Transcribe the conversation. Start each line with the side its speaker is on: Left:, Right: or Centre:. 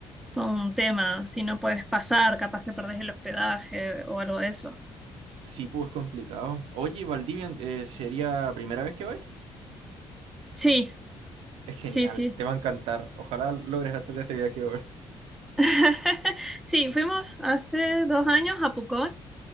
Centre: todo un tema, si no puedes pasar, capaz que perdés el hospedaje o algo de eso.
Right: sí, pues es complicado. Oye, Valdivia, eh, ¿sería primera vez que vais?
Centre: Sí,
Right: Es genial,
Centre: sí, sí.
Right: te va a encantar. Ojalá logres hacer ese viaje, weón.
Centre: <laughs> Sí, fuimos hace dos años a Pucón